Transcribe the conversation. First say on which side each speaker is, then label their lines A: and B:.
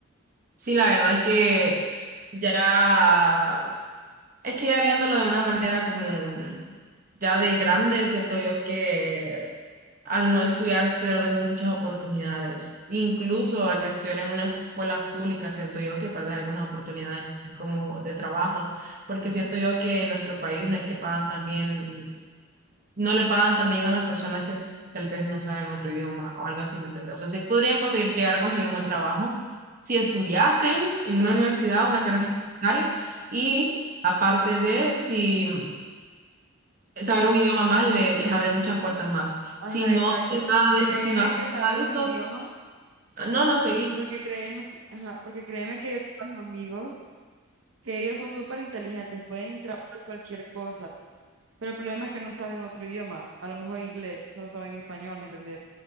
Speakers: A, on the right; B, on the right.
A: Sí, la verdad es que ya, es que ya viéndolo de una manera como ya de grande, siento yo que al no estudiar pierdes muchas oportunidades. Incluso al estudiar en una escuela pública, siento yo que pierdes algunas oportunidades como de trabajo, porque siento yo que en nuestro país no es que pagan también no le pagan también a las personas que tal vez no saben otro idioma o algo así, ¿me entiendes? O sea, sí podrían conseguir, llegar a conseguir un buen trabajo si estudiasen
B: Ajá,
A: en una universidad, una carrera universitaria, y aparte de si saber un idioma más le- les abre muchas puertas más.
B: ajá,
A: Si no
B: exacto.
A: hacen nada de,
B: Créeme
A: si no hacen
B: que saber
A: nada de
B: un
A: eso,
B: idioma,
A: no, no, seguí.
B: porque créeme que, ajá, porque créeme que yo tengo amigos que ellos son súper inteligentes, pueden trabajar cualquier cosa, pero el problema es que no saben otro idioma, a lo mejor inglés, solo saben español, ¿me entendés?